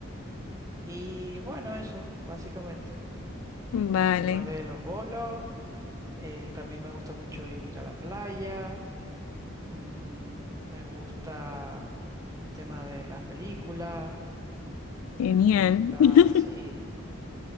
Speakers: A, on the right; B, on the left.
A: Y bueno, eso, básicamente.
B: Vale,
A: El tema de los bolos, eh, también me gusta mucho ir a la playa, mm, me gusta el tema de las películas,
B: genial.
A: me gusta,
B: <laughs>
A: sí.